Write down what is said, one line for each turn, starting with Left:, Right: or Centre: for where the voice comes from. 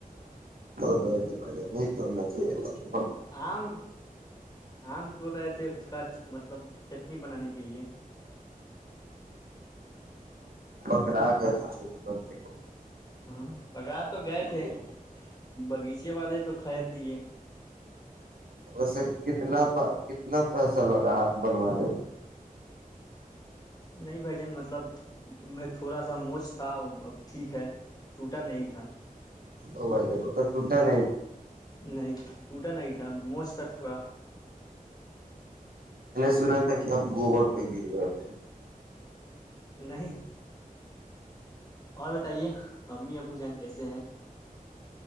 Right: ت پے ن تو نہ چا <unintelligible>
Left: آم آم کی رہے تھے اس کا مطلب چٹنی بنانے کے لیے
Right: ا آگتی جوولیی برتے <unintelligible>
Left: ہ پکڑا تو گئے تھے
Right: گیا
Left: باغیچے والے تو خرید دیے
Right: ویسے کتنا کتنا پیسہ لگا ہاتھ بنوانے میں
Left: نہیں بھائی جن مطلب میں تھوڑا سا موج تھا اب ٹھیک ہے ٹوٹا نہیں تھا
Right: او بھائی جان وہ تو ٹوٹا نہیں
Left: نہیں تھا ٹوٹا نہیں تھا موج تھا تھوڑا
Right: سا <unintelligible> کیاب گوبر پہ گر گئے تھ
Left: نہیں اور بتائیے امی ابو جان کیسے ہیں